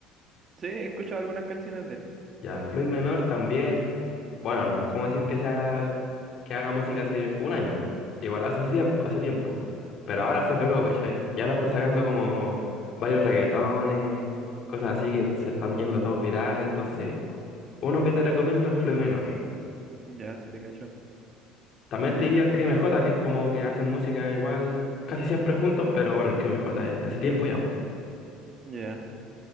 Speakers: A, on the right; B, on the left.
A: sí, he escuchado algunas canciones de él.
B: Ya el Floyd Menor también, bueno, no es como decir que sea que haga música hace un año, igual hace tiempo, hace tiempo, pero ahora se pegó, ¿cachai? Y ahora está sacando
A: Mm.
B: como varios reggaetones, cosas así que se están yendo todos virales, entonces, uno que te recomiendo el Floyd Menor.
A: Ya, sí te cacho.
B: También te diría el Crime J, que es como que hacen música igual casi siempre juntos, pero bueno, el Crime J es de hace tiempo ya. po.
A: Ya,